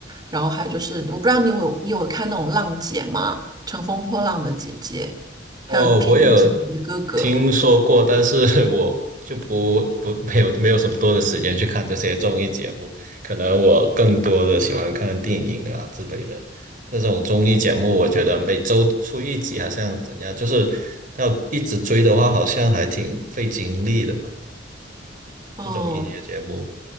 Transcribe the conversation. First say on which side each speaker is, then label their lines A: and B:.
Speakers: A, on the right; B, on the right.
A: 然后还有就是，我不知道你有你有看那种浪姐吗？乘风破浪的姐姐，
B: 哦，
A: 还有披荆斩棘的哥哥。
B: 我有听说过，但是 <laughs> 我就不不没有没有什么多的时间去看这些综艺节目，可能我更多的喜欢看电影啊之类的那种综艺节目。我觉得每周出一集好像怎样，就是要一直追的话，好像还挺费精力的吧。
A: 哦，
B: 这种音乐节目，